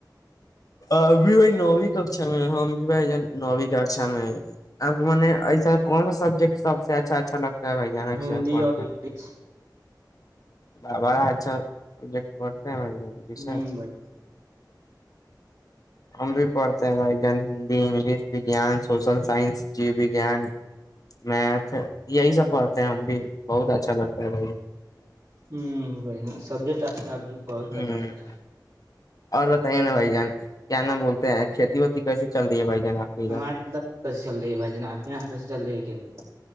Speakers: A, on the left; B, on the right.
A: ابھی بھائی نووی ککا میں ہم بھی بھائی نویں ککشا میں آ کو م ایسا کون سب سب اچھا اچھا لگتا ہ بھائی جانا
B: ہندی
A: سے پ
B: اور
A: پ
B: انگلش
A: بابا اچھا سبجیکٹ پڑھ بھائی
B: ہوں بھائی
A: ہم بھی پڑھتے ہیں بھائی جان ہندی انگلش ان سوشل سائنس جی و گان میتھ یہی سب پڑھتے ہیں ہم بھی بہت اچھا لگتا ہے بھائی
B: ہ ب سبجیکٹ اچھا بھی بہت
A: ہ
B: اچھا لگتا ہے
A: اور بتائیے نا بھائی جان کیا ن بولتے ہیں کھیتی ہوتی کیسی چل رہی ہے بھائی جان آپ کی ادھر
B: ہمارے یہاں کیسے چل رہی ہے بھائی جان آپ کے یہاں کیسے چل رہی ہے کھیتی